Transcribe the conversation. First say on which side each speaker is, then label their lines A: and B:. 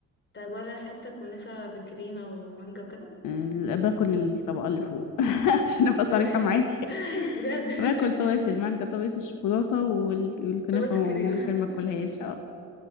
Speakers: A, on the left; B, on the left.
A: طب ولا حتى كنافه بكريمه ومانجا وكده
B: ال- باكل الطبقه اللي فوق <laughs> عشان ابقى صريحه
A: <laughs>
B: معاكي
A: بجد <laughs>
B: باكل طبقه المانجا طبقه الشوكولاته وال- والكنافه
A: طبقة
B: ممكن
A: الكريمه
B: ما اكلهاش